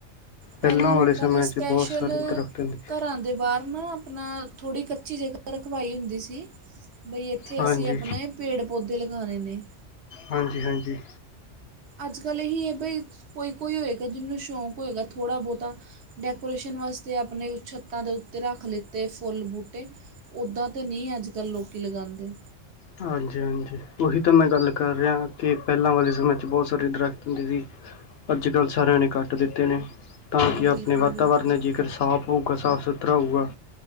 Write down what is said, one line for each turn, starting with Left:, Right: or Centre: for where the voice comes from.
Right: ਪਹਿਲੇ
Left: ਪਹਿਲਾਂ
Right: ਲੋਕਾਂ
Left: ਵਾਲੇ ਸਮੇਂ
Right: ਨੇ ਸਪੈਸ਼ਲ
Left: 'ਚ ਬਹੁਤ ਸਾਰੇ ਦਰਖਤ ਹੁੰਦੇ ਸੀ।
Right: ਘਰਾਂ ਦੇ ਬਾਹਰ ਨਾ ਆਪਣਾ, ਥੋੜ੍ਹੀ ਕੱਚੀ ਜਗ੍ਹਾ ਰਖਵਾਈ ਹੁੰਦੀ ਸੀ। ਬਈ ਇੱਥੇ
Left: ਹਾਂਜੀ
Right: ਅਸੀਂ ਆਪਣੇ ਪੇੜ-ਪੌਧੇ ਲਗਾਣੇ ਨੇ
Left: ਹਾਂਜੀ-ਹਾਂਜੀ।
Right: ਅੱਜ ਕੱਲ੍ਹ ਇਹੀ ਹੈ ਬਈ। ਕੋਈ-ਕੋਈ ਹੋਏਗਾ ਜਿਹਨੂੰ ਸ਼ੌਂਕ ਹੋਏਗਾ ਥੋੜ੍ਹਾ ਬਹੁਤਾ ਡੈਕੋਰੇਸ਼ਨ ਵਾਸਤੇ ਆਪਣੇ ਛੱਤਾਂ ਦੇ ਉੱਤੇ ਰੱਖ ਲਿੱਤੇ ਫੁੱਲ-ਬੂਟ ਤੇ, ਉੱਦਾਂ ਤਾਂ ਨਹੀਂ ਅੱਜ ਕੱਲ੍ਹ ਲੋਕੀ ਲਗਾਉਂਦੇ
Left: ਹਾਂਜੀ-ਹਾਂਜੀ ਉਹੀ ਤਾਂ ਮੈਂ ਗੱਲ ਕਰ ਰਿਹਾ। ਕਿ ਪਹਿਲਾਂ ਵਾਲੇ ਸਮੇਂ 'ਚ ਬਹੁਤ ਸਾਰੇ ਦਰੱਖਤ ਹੁੰਦੇ ਸੀ ਅੱਜ ਕੱਲ੍ਹ ਸਾਰਿਆਂ ਨੇ ਕੱਟ ਦਿੱਤੇ ਨੇ। ਤਾਂ ਕਿ
Right: ਬਿਲਕੁਲ
Left: ਆਪਣੇ ਵਾਤਾਵਰਨ
Right: ਬਿਲਕੁਲ
Left: ਨੇ ਜੇਕਰ ਸਾਫ਼ ਹੋਊਗਾ ਸਾਫ- ਸੁਥਰਾ ਹੋਊਗਾ,